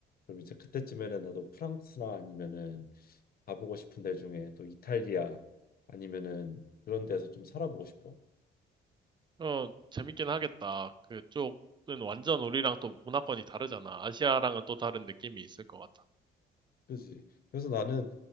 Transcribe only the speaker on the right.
어, 재밌긴 하겠다. 그쪽은 완전 우리랑 또 문화권이 다르잖아. 아시아랑은 또 다른 느낌이 있을 것 같아.